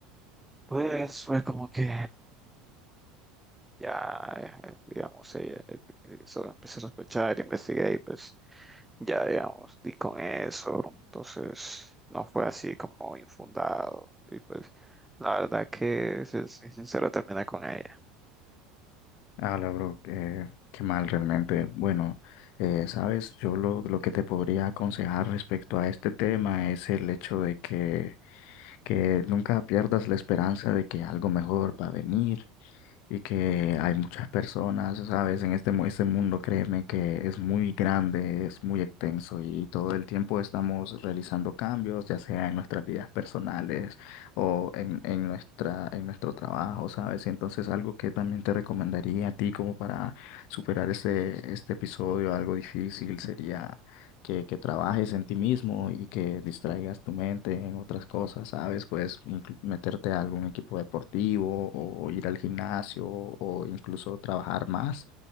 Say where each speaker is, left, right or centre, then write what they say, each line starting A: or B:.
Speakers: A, in the centre; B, on the left.
A: Pues fue como que ya, eh, digamos, ella, eh, eso empecé a sospechar, investigué y pues ya, digamos, di con eso. Entonces no fue así como infundado. Y pues la verdad que, si soy sincero, terminé con ella.
B: Ah, la bro, qué, qué mal realmente. Bueno, eh, sabes, yo lo, lo que te podría aconsejar respecto a este tema es el hecho de que, que nunca pierdas la esperanza de que algo mejor va a venir y que hay muchas personas, ¿sabes? En este, mu- este mundo, créeme que es muy grande, es muy extenso y todo el tiempo estamos realizando cambios, ya sea en nuestras vidas personales o en, en nuestra, en nuestro trabajo, ¿sabes? Y entonces algo que también te recomendaría a ti como para superar este, este episodio, algo difícil, sería que, que trabajes en ti mismo y que distraigas tu mente en otras cosas, ¿sabes? Puedes inclu- meterte a algún equipo deportivo o ir al gimnasio o incluso trabajar más,